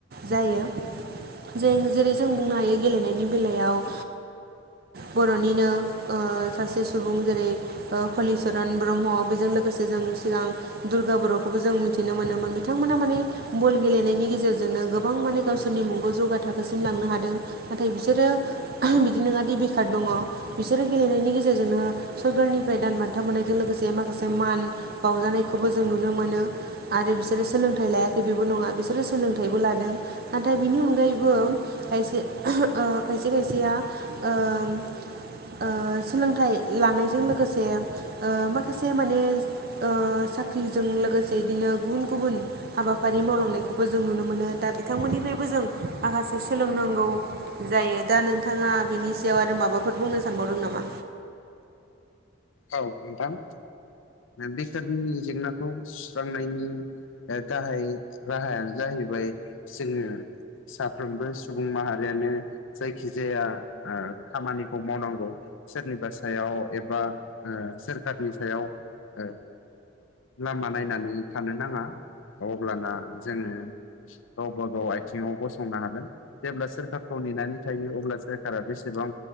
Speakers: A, on the right (about 50°); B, on the left (about 75°).
A: जायो जों जेरै जों बुंनो हायो गेलेनायनि बेलायाव ओ बर'निनो ओ सासे सुबुं जेरै हलिचरन ब्रह्म बेजों लोगोसे जों सिगां दुर्गा बर'खौबो जों मिथिनो मोनोमोन बिथांमोना माने बल गेलेनायनि गेजेरजोंनो गोबां माने गावसोरनि मुंखौ जौगा थाखोसिम लांनो हादों नाथाय बिसोरो मादि बेखार दङ बिसोरो गेलेनायनि गेजेरजोंनो सरखारनिफ्राय दान बान्था मोननायजों लोगोसे माखासे मान बावजानायखौबो जों नुनो मोनो आरो बिसोरो सोलोंथाइ लायाखै बेबो नङा बिसोरो सोलों थाइबो लादों नाथाय बिनि अनगायैबो खायसे ओ खायसे का सेया ओ ओ सोलोंथाइ लानायजों लोगोसे ओ माखासे माने ओ साख्रिजों लोगोसे बिदिनो गुबुन गुबुन हाबाफारि मावलांनायखौबो जों नुनो मोनो दा बिथांमोननि बो जों माखासे सोलोंनांगौ जायो दा नों नोंथाङा बिनि सायाव आरो माबाफोर बुंनो सानबावदों नामा?
B: औ नोंथां बेखारनि जेंनाखौ सुस्रांनायनि ओ गाहाय राहायानो जाहै बाय जोङो साफ्रोमबो सुबुं माहारियानो जायखिजाया आ खामानिखौ मावनांगौ सोरनिबा सायाव एबा सोरखारनि सायाव ओ लामा नायनानै थानो नाङा अब्लाना जोङो गावबा गाव आथिङाव गसंनो हागोन जेब्ला सोरखारखौ नेनानै थायो अब्ला सोरखारा बेसे बां